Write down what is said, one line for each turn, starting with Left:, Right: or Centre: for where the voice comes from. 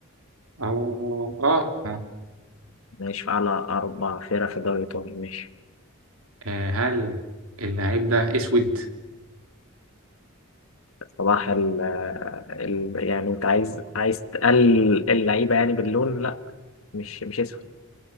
Right: أو آه آه
Left: ماشي في اعلى اربع فرق في الدوري الايطالي ماشي
Right: آه، هل اللعيب ده أسود؟
Left: صباح ال ال يعني انت عايز عايز تقلل اللعيبه يعني باللون لا مش مش اسهل